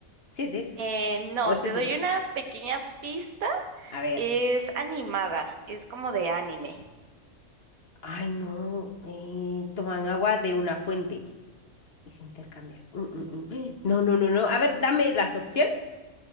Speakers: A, on the left; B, on the right.
A: Sí, es de esa.
B: Eh, no,
A: O esa
B: te
A: es
B: doy
A: donde...
B: una pequeña pista.
A: A ver.
B: Es animada, es como de anime.
A: Ay, no. Eh, toman agua de una fuente. Y se intercambia. Mm, mm, mm. ¡Ay! No, no, no, no. A ver, dame las opciones.